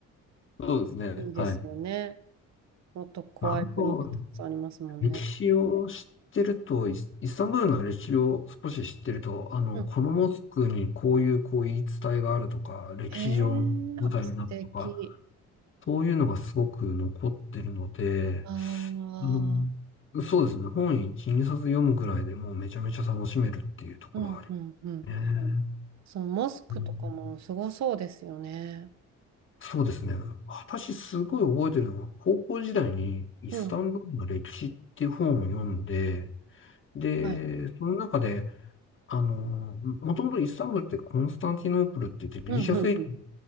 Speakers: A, on the left; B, on the right.
A: <laughs> そうですね。
B: いいですよね。
A: はい。
B: もっと怖い国ってたくさんありますもんね。
A: まあ、あの歴史を知ってると、イスイスタンブールの歴史を少し知ってると、あの、
B: うん。
A: このモスクにこういうこう言い伝えがあるとか、歴史上の舞台になったとか、
B: へえ、あ、素敵。
A: そういうのがすごく残ってるので、
B: ああ、
A: あの、そうですね、本1、2冊読むぐらいでもうめちゃめちゃ楽しめるっていうところはありま
B: うんうんうん。
A: すね。
B: そのモスクとかもすごそうですよね。
A: うんそうですね。私すごい覚えてるのは、高校時代にイスタンブールの歴史っていう本を読んで、
B: うん、
A: で、
B: はい。
A: その中で、あのー、もともとイスタンブールってコンスタンティノープルって言ってギリシャ正教の、
B: うんうんうん。